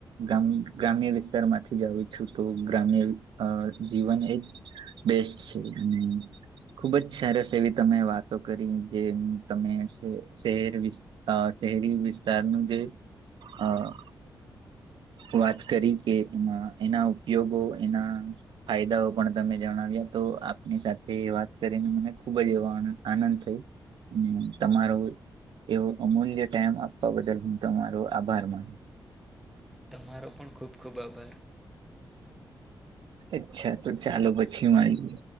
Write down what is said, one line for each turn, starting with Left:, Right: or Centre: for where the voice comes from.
Right: ગામ ગ્રામ્ય વિસ્તાર માંથી જ આઉું છું તો ગ્રામ્ય જીવન એજ બેસ્ટ છે. અને ખુબ જ સરસ એવી તમે વાતો કરી જે તમે શહેર વિ શહેરી વિસ્તારનું જે હા વાત કરી કે એમાં એના ઉપયોગો એના ફાયદાઓ પણ તમે જણાવ્યા તો આપની સાથે વાત કરીને મને ખુબ જ એવો આનંદ થયો. અને તમારો એવો અમૂલ્ય ટાઈમ આપવા બદલ હું તમારો આભાર માનું
Centre: તમારો પણ ખૂબ ખૂબ આભાર
Right: અચ્છા તો ચાલો પછી મળીએ